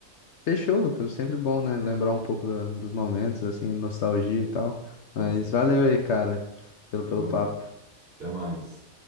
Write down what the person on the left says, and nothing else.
Fechou, Lucas, sempre bom, né, lembrar um pouco da- dos momentos, assim, nostalgia e tal,
mas
valeu aí, cara, pelo,
pelo papo.